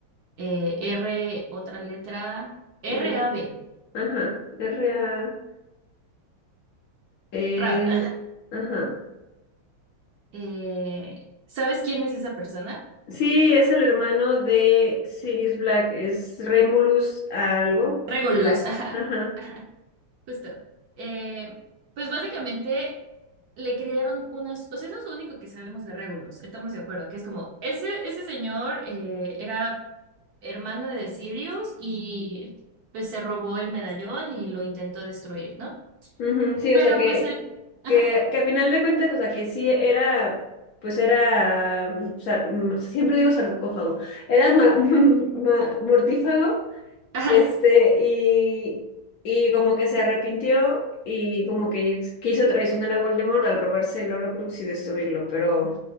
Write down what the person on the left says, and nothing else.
R,
ajá, R-A. Eh,
ajá.
Sí, es el hermano de Sirius Black, es Remulus algo,
Black,
ajá.
Ujú, Sí,
o sea que,
que, que a final de cuentas, o sea que sí era, pues era, mm, sar- mm, siempre digo sarcófago, era ma- <laughs> ma- mortífago,
este, y, y como que se arrepintió y como que quiso traicionar a Voldemort al robarse el Horcrux y destruirlo, pero...